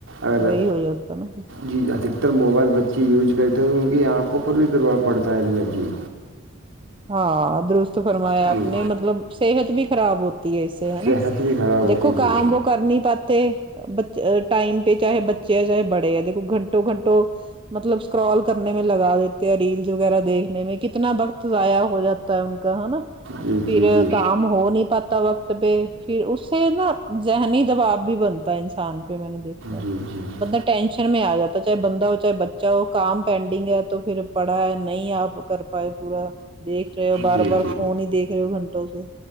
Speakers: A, on the right (about 65°); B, on the right (about 25°).
A: اگر
B: وہی ہو جاتا نا پھر
A: جی ادکتر موبائل بچے یوجز کرتے تو ان کی آنکھوں پر بھی ویور پڑتا ہے جی
B: ہاں درست فرمایا
A: جی
B: اپنے مطلب صحت بھی خراب ہوتی ہے اس سے ہے نا
A: صحت بھی خراب ہوتی
B: دیکھو کام
A: جی جی
B: وہ کر نہیں پاتے ب ٹائم پہ چاہے بچے ہے چاہے بڑے ہے دیکھو گھنٹے تو گھنٹو مطلب اسکرال کرنے میں لگا دیتے ہیں ریلس وغیرہ دیکھنے میں کتنا وقت ضائع ہو جاتا ہے ان کا ہے نا
A: جی
B: پھر
A: جی جی
B: کام ہو نہیں پاتا وقت پہ پھر اس سے نا ذہنی دباؤ بھی بنتا ہے انسان پہ میں نے دیکھا ہے
A: جی جی جی
B: بندہ ٹینشن میں آ جاتا ہے چاہے بندہ ہو چاہے بچا ہو کام پینڈنگ ہے تو پھر پڑا ہے نہیں آپ کر پائے پورا دیکھ رہے ہو بار
A: جی جی
B: بار فون ہی دیکھ رہے ہو گھنٹوں سے